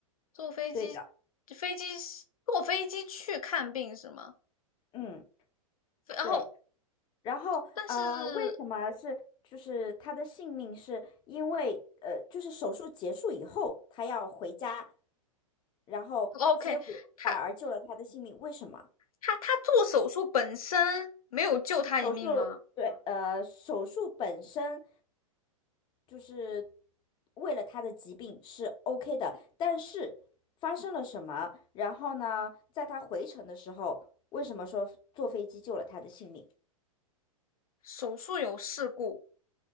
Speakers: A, on the left; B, on the left.
A: 坐飞机，
B: 对的，
A: 飞机是坐飞机去看病是吗？
B: 嗯，
A: 飞然后，
B: 对。然后呃，
A: 但是
B: 为什么是就是她的性命是因为呃，就是手术结束以后，她要回家，然后结果反而救了她的性命，
A: 哦 OK，他
B: 为什么？
A: 他他做手术本身没有救他一命吗？
B: 手术，对，呃，手术本身就是为了他的疾病是 OK 的，但是发生了什么？然后呢，在他回程的时候，为什么说坐飞机救了他的性命？
A: 手术有事故，